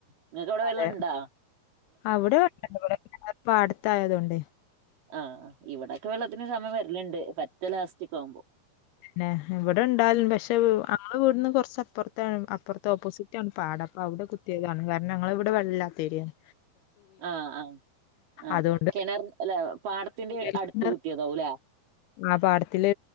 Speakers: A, on the right; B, on the left.
A: മ് നിനക്ക്വിടെ വെള്ളണ്ടാ
B: അതെ അവിടെ ഉണ്ട് അതോ പോലെ പാടത്തയതൊണ്ട്
A: ആ ഇവിടൊക്കെ വെള്ളത്തിന് സമയ വരലണ്ട് ഏലസ്റ്റിക് ആവുമ്പോൾ
B: പിന്നെ ഇവിടെ ഉണ്ടാലും പക്ഷെ ഞങ്ങളുടെ വീടിന്റെ കുറച്ചപ്പുറതന്നെ അപ്പുറത്തെ ഓപ്പോസിറ്റ ആണ് പാടം അപ്പൊ അവിടെ കുത്തിയതാണ് കാരണം ഞങ്ങള ഇവിടെ വെള്ളല്ലാത്തരിയാണ്
A: ആ ആ ആ
B: അതുകൊണ്ട്
A: കിണർ അല്ല പാടത്തിന്റെ
B: കുഴൽ
A: അടുത്ത്
B: കിണർ
A: കുത്തിയതാവല്ലേ
B: ആ പാടത്തില്